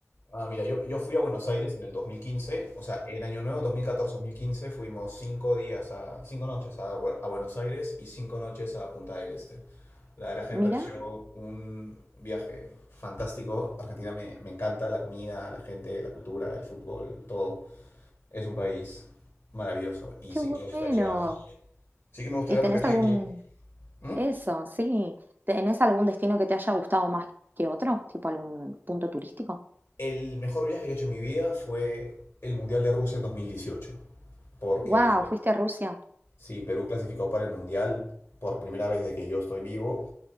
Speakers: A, on the left; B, on the right.
A: Ah, mira, yo, yo fui a Buenos Aires en el 2015, o sea, en Año Nuevo dos dos mil catorce mil quince fuimos cinco días a, cinco noches a, Bu- a Buenos Aires y cinco noches a Punta del Este. La verdad que
B: Mirá,
A: me pareció un viaje fantástico. Argentina me, me encanta, la comida, la gente, la cultura, el fútbol, todo. Es un país maravilloso y
B: qué
A: sí
B: bueno.
A: que me gustaría, sí que me gustaría
B: ¿Y tenés
A: repetirlo.
B: algún,
A: ¿Mm?
B: eso, sí, tenés algún destino que te haya gustado más que otro? Tipo algún punto turístico.
A: El mejor viaje que he hecho en mi vida fue el Mundial de Rusia en 2018. porque
B: Wow, fuiste a Rusia.
A: sí, Perú clasificó para el Mundial por primera vez desde que yo estoy vivo.